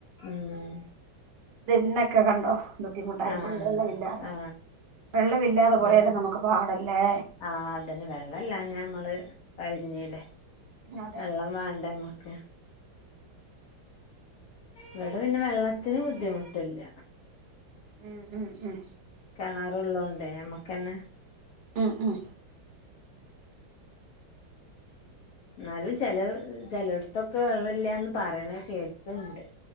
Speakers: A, on the left; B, on the right.
A: ഉം
B: ദെ ഇന്നൊക്കെ കണ്ടോ ബുദ്ധിമുട്ടായി
A: ആ
B: പോയി വെള്ളമില്ലാതെ
A: ആ
B: വെള്ളമില്ലാതെ
A: അതെ
B: പോയാല് നമുക്ക് പാടല്ലേ
A: ആ അതെന്നെ വെള്ളെല്ലാഞ മ്മള് കഴിഞ്ഞി ലെ
B: അതെ
A: വെള്ളം വേണ്ടെമ്മക്ക് ഇവിടെ പിന്നെ വെള്ളത്തിന് ബുദ്ധിമുട്ടില്ല
B: ഉം ഉം ഉം
A: കെണറുള്ളോണ്ടെ നമ്മക്കെന്നെ
B: ഉം ഉം
A: ന്നാലും ചെലേ ചെലോട്ത്തൊക്കെ വെള്ളല്ലാന്ന് പറേണെ കേക്ക്ണ്ട്